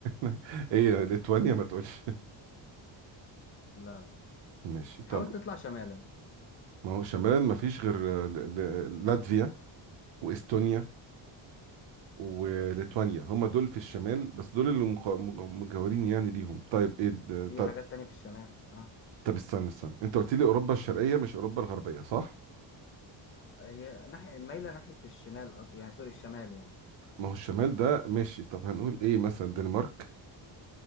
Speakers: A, on the right; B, on the left.
A: <laughs> ايه ليتوانيا ما تقولش
B: لا لا لا
A: <laughs> ماشي طب
B: حاول تطلع شمالا
A: ما هو شمالا ما فيش غير آه، ل- ل- لاتفيا واستونيا وليتوانيا هم دول في الشمال بس دول اللي مق- م- مجاورين يعني ليهم طيب ايه د-
B: في
A: طب
B: حاجات تانية في الشمال اه
A: طب استنى استنى انت قلت لي اوروبا الشرقيه مش اوروبا الغربيه صح
B: هي ناحية مايلة ناحية الشمال أك- يعني سوري الشمال يعني
A: ما هو الشمال ده ماشي طب هنقول ايه مثلا دنمارك